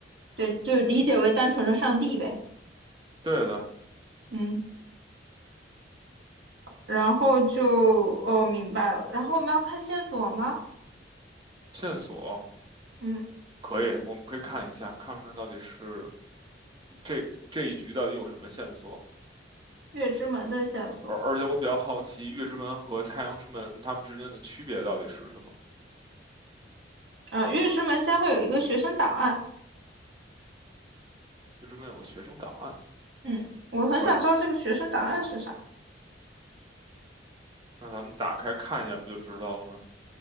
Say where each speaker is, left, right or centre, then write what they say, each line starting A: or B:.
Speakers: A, on the right; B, on the right.
A: 对，就理解为单纯的上帝呗。
B: 对的，
A: 嗯，然后就哦明白了。然后我们要看线索吗？
B: 线索
A: 嗯，
B: 可以，我们可以看一下，看看到底是这这一局到底有什么线索。
A: 月之门的线索
B: 而而且我比较好奇，月之门和太阳之门它们之间的区别到底是什么？
A: 啊，月之门先会有一个学生档案。
B: 月之门有个学生档案，
A: 嗯，我很想知道这个学生档案是啥。
B: 可以，那咱们打开看一下，不就知道了吗？